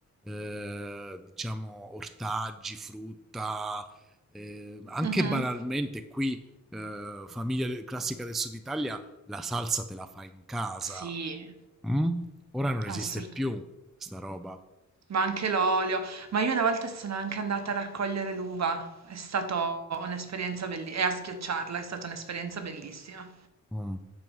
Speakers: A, in the centre; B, on the right.
A: eh, diciamo, ortaggi, frutta, eh, anche
B: Mh-mh.
A: banalmente qui, eh, famiglia classica del Sud Italia la salsa te la fai in casa
B: Sì,
A: Mh? Ora non esiste
B: assoluta
A: più sta roba.
B: Ma anche l'olio. Ma io una volta sono anche andata a raccogliere l'uva. È stata un'esperienza bellissima. E a schiacciarla è stata un'esperienza bellissima.
A: Mh.